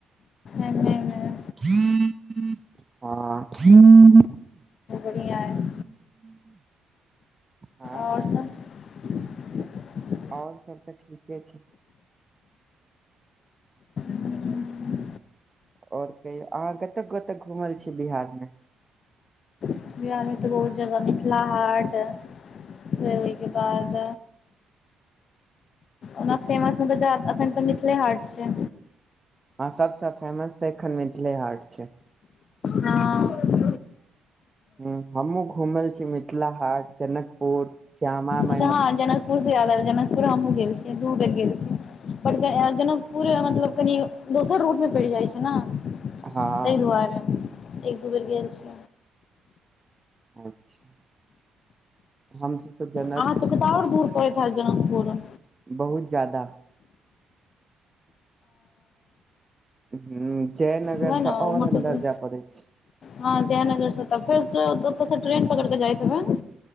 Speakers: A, on the left; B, on the right.
A: एम ए में।
B: ह <unintelligible>
A: <unintelligible>
B: हँ
A: आओर सब। <unintelligible>
B: आओर सब तऽ ठीके छैय।
A: हम्म,
B: आओर कहियौ अहाँ कत कतऽ घुमल छी बिहार मे?
A: बिहारमे तऽ बहुत जगह मिथिला हाट फेर ओहिके बाद ओना फेमस मतलब जा अखन तऽ मिथिले हाट छै
B: हँ सबसँ फेमस तऽ एखन मिथिले हाट छै
A: हँ
B: हूंम्म हमहुँ घुमैल छी मिथिला हाट जनकपुर श्यामा म <unintelligible>
A: अच्छा हँ जनकपुर से याद आएल जनकपुर हमहुँ गेल छी दू बेर गेल छी बट जनकपुर मतलब कनि दोसर रूट मे पड़ि जाइ छै ने
B: हँ
A: ताहि दुआरे एक दू बेर गेल छी
B: अच्छा हमसभ तऽ जन
A: अहाँ सब के तऽ आओर दूर परैत हेत जनकपुर
B: बहुत जादा हूंम्म जयनगर
A: वएह ने
B: से और
A: उम्हर
B: अन्दर
A: से
B: जाय पड़े छै
A: हँ जयनगर से तऽ फेरतऽ ट्रेन पकड़ि के जाइत हेबै